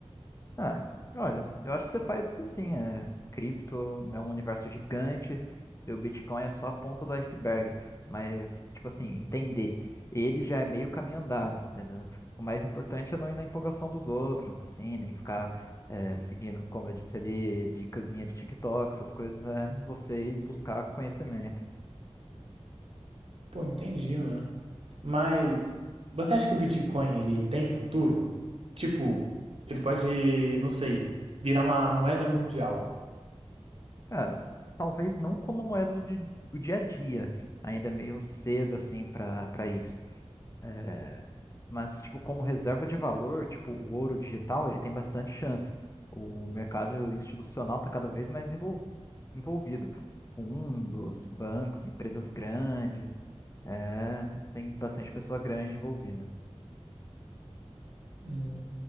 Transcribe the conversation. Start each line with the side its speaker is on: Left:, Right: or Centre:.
Left: Ah, olha, eu acho que você faz isso sim. É. Cripto é um universo gigante e o Bitcoin é só a ponta do iceberg. Mas, tipo assim, entender. Ele já é meio caminho andado, tá O mais importante é não ir na empolgação dos outros, assim, nem ficar é, seguindo, como eu disse ali, dicasinha de TikTok, essas coisas, é você ir buscar conhecimento.
Right: Pô, entendi, mano. Mas você acha que o Bitcoin ele tem futuro? Tipo, ele pode, não sei, virar uma moeda mundial.
Left: Cara, talvez não como moeda do, di- do dia a dia, ainda é meio cedo, assim, para para isso. eh, Mas, tipo, como reserva de valor, tipo, o ouro digital, ele tem bastante chance. O mercado institucional está cada vez mais envol- envolvido. Fundos, bancos, empresas grandes. É, tem bastante pessoa grande envolvida.
Right: Hum,